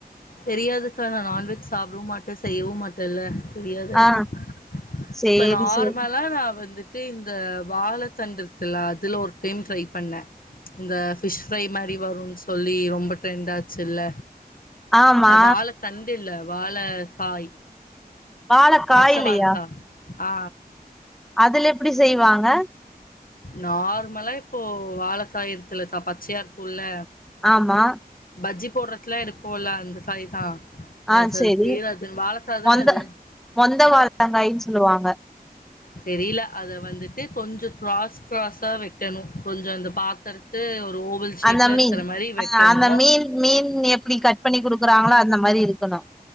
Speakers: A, on the left; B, in the centre.
A: தெரியாதுக்கா நா நான்வெஜ் சாப்டவு மாட்டே செய்யவு மாட்டே தல்ல தெரியாது எனக்கு
B: ஆ சேரி
A: இப்ப நார்மலா
B: சேரி
A: நா வந்துட் ட்டு இந்த வாழைத்தண்டு இருக்குல்ல அதுல ஒரு டைம் ட்ரை பண்ணே இந்த ஃபிஷ் ஃப்ரை மாறி வருன்னு சொல்லி ரொம்ப ட்ரெண்ட்டாச்சுல்ல
B: ஆமா
A: அ வாழத்தண்டு இல்ல வாழக்காய்
B: வாழக்காயிலையா
A: பச்ச வாழக்கா ஆ
B: அதுல எப்டி செய்வாங்க
A: நார்மலா இப்போ வாழக்காய் இருக்குல்லக்கா பச்சையாருக்குல்ல
B: ஆமா
A: பஜ்ஜி போட்றதுக்குலா இருக்குல்ல அந்த சாவி தா எனக்கு
B: ஆ சேரி
A: அது பேர் அது வாழக்காதான
B: மொந்த
A: அது
B: மொந்த வாழக்காயின்னு சொல்லுவாங்க
A: தெரில அத வந்துட்டு கொஞ்சோ க்ராஸ் க்ராஸா வெட்டணு கொஞ்சோ அந்த பாக்கறதுக்கு ஒரு ஓவல் ஷேப்ல
B: அந்த மீன்
A: இருக்கிற மாரி
B: அ
A: வெட்டணு
B: அந்த மீன் மீன் எப்படி கட் பண்ணி குடுக்குறாங்களோ அந்த மாறி இருக்கணு